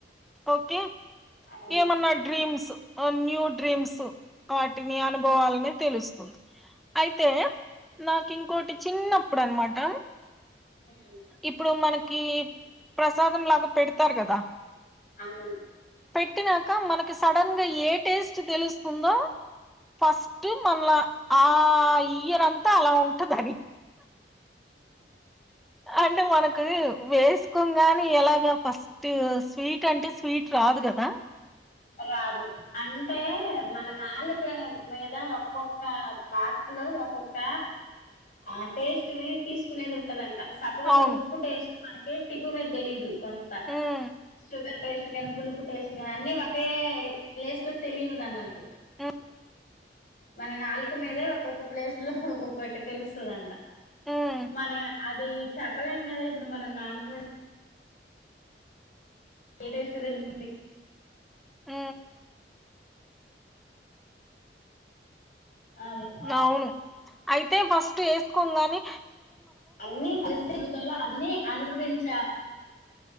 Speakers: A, in the centre; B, on the left.
A: ఓకే
B: అవును
A: ఏమన్నా డ్రీమ్స్ న్యూ డ్రీమ్స్ వాటిని అనుభవాలని తెలుస్తుంది అయితే నాకు ఇంకోటి చిన్నప్పుడు అనమాట
B: ఉమ్
A: ఇప్పుడు మనకి ప్రసాదం లాగా పెడతారు కదా
B: అవును
A: పెట్టినాక మనకి సడన్ గా ఏ టేస్ట్ తెలుస్తుందో ఫస్ట్ మనల ఆ ఇయ్యనంతా అలా ఉంటది మరి అంటే మనకు వేసుకోంగాని ఎలాగ ఫస్ట్ స్వీట్ అంటే స్వీట్ రాదు కదా
B: రాదు అంటే మన నాలుకమీద ఒక్కొక్క పార్టీ లో ఒక్కొక్క ఆ టేస్ట్ ని తీసుకునేది ఉంటదండి సపోజ
A: అవును
B: ఉప్పు టేస్ట్ మనకి టిప్పు మీద తెలిదు కొంత
A: ఉమ్
B: షుగర్ టేస్ట్ గానీ పులుపు టేస్ట్ గాని అన్ని ఒకే ప్లేస్ లో తెలియదు అన్నట్టు
A: ఆ
B: మన నాలుక మీదే ఒక్కొక్క ప్లేస్ లో ఒక్కొక్కటి తెలుస్తుదంట
A: ఉమ్
B: మన అది చెప్పలేం కదా ఇప్పుడు మనం నాలుక మ ఏేట ఇస్త తెలుసుంది
A: ఆ
B: అదే అలా
A: అవును అయితే ఫస్ట్ వేసుకో గాని
B: అన్నీ కలిసి ఇత అన్నీ అనుభవించ